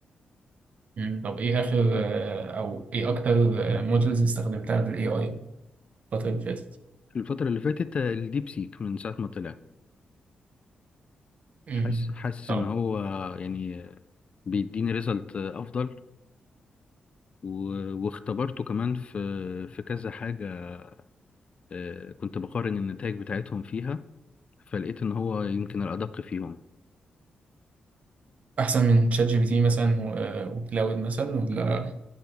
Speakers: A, on the right; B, on the left.
A: امم طب ايه اخر آه، او ايه اكتر مودلز استخدمتها بالاي اي الفترة اللي فاتت؟
B: في الفتره اللي فاتت آه، الديب سيك من ساعه ما طلع
A: امم
B: حاسس حاسس
A: طب
B: ان هو يعني بيديني ريزلت افضل و- واختبرته كمان في في كذا حاجه آه، كنت بقارن النتائج بتاعتهم فيها فلقيت ان هو يمكن الادق فيهم
A: احسن من شات جي بي تي مثلا و- وكلاود مثلا ولا